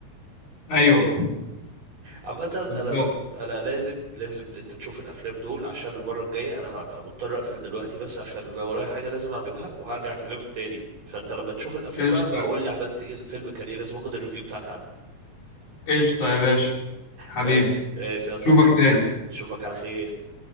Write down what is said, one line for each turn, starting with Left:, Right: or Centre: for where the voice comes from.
Left: ايوه
Right: عامه انا
Left: بالظبط
Right: انا لازم لازم انت تشوف الافلام دول عشان المره الجايه انا هبقى مضطر اقفل دلوقتي بس عشان انا ورايا حاجه لازم اعملها وهرجع اكلمك تاني فانت لما تشوف الافلام
Left: قشطه
Right: بقى بقول لي عملت ايه الفيلم كان ايه لازم اخد الريفيو بتاعك عنه
Left: قشطه يا باشا حبيبي
Right: ماشي ماشي يا صاحبي
Left: اشوفك
Right: ماشي.
Left: تاني
Right: اشوفك على خير